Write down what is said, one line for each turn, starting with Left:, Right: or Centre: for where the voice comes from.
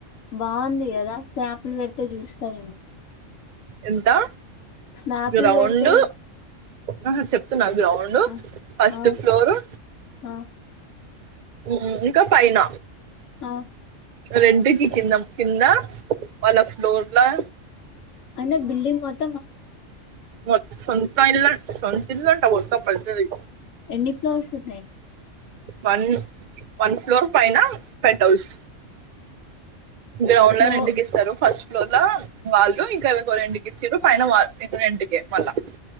Left: బాగుంది కదా స్నాపులు పెడితే చూస్త సరేన
Right: ఎంతా
Left: స్నాపులు
Right: గ్రౌండ్
Left: పెడితే
Right: ఆ చెప్తున్నా గ్రౌండ్
Left: ఆ
Right: ఫస్ట్
Left: ఆ
Right: ఫ్లోరు
Left: ఆ
Right: ఉమ్ ఇంకా పైన
Left: ఆ
Right: రెంటికీ కిందా వాళ్ళ ఫ్లోర్లా
Left: అంటే బిల్డింగ్ మోత్
Right: మో సొంత ఇల్ సొంత ఇల్లు అంట మొత్తం పెద్దది,
Left: ఎన్ని ఫ్లోర్స్ ఉన్నయి
Right: వన్ వన్ ఫ్లోర్ పైన పెంట్ హౌస్ గ్రౌండ్
Left: ఫ్లో
Right: లో రెంట్ కి ఇస్తారు ఫస్ట్ ఫ్లోర్ లా వాళ్ళు ఇంకా ఎవరికో రెంట్ కి ఇచ్చిరు, పైన వాళ్ళు రెంట్ కే మళ్ళ వాళ్లు,